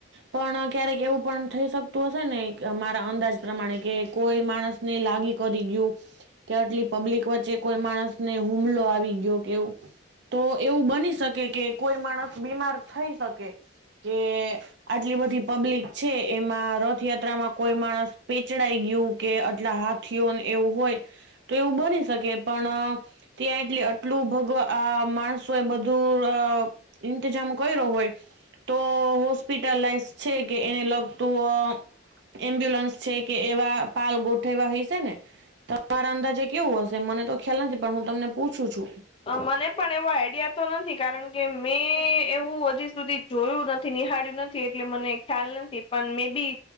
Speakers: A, on the right (about 60°); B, on the left (about 25°).
A: પણ ક્યારેક એવું પણ થઈ શકતું હશે ને મારા અંદાજ પ્રમાણે કે કોઈ માણસને લાગી કરી ગયું કે આટલી પબ્લિક વચ્ચે કોઈ માણસ ને હુમલો આવી ગયો કે એવું તો એવું બની શકે કે કોઈ માણસ બીમાર થઈ શકે કે, આટલી બધી પબ્લિક છે એમાં રથયાત્રામાં કોઈ માણસ પેચડાઈ ગયું, કે આટલા હાથીઓ એવું હોય તો એવું બની શકે પણ, ત્યાં એટલી આટલું ભગવા આ માણસો એ બધું અ ઇંતજામ કર્યો હોય. તો હોસ્પિટલાઈઝ છે, કે એને લગતું અ એમ્બ્યુલન્સ છે, કે એવા પાલ ગોઠવા હીસે ને, તમારા અંદાજે કેવું હશે મને તો ખ્યાલ નથી પણ હું તમને પૂછું છું.
B: મને પણ એવો આઈડિયા તો નથી કારણ કે મેં એવું હજી, સુધી જોયું નથી નિહાળ્યું નથી એટલે મને ખ્યાલ નથી પણ મે બી